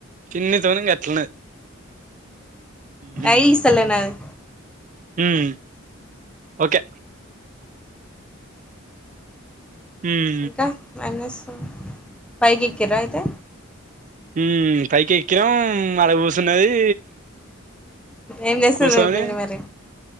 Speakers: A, on the right; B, in the centre.
A: పిన్ని తోని గట్లున్నది మ్
B: ఐడి ఇస్తలే నాది
A: మ్ మ్ ఓకే హ్మ్
B: ఇంకా ఏంచేస్తున్న పైకి ఎక్కిర్ర అయితే
A: మ్ పైకెక్కినం ఆడ కూసున్నది
B: ఏం చేస్తుంది
A: కూసోని
B: మీ పిన్ని మరి